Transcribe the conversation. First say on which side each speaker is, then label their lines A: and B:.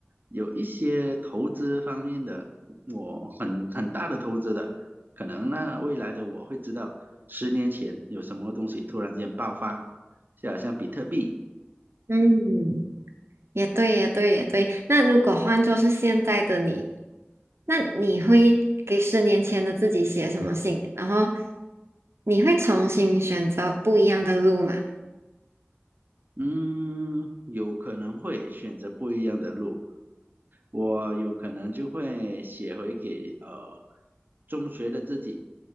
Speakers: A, on the right; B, on the right.
A: 有一些投资方面的，我很很大的投资的，可能那未来的我会知道，十年前有什么东西突然间爆发，就好像比特币，
B: 嗯，也对，也对，也对。那如果换作是现在的你，那你会给十年前的自己写什么信？然后你会重新选择不一样的路吗？
A: 嗯，有可能会选择不一样的路，我有可能就会写回给呃中学的自己，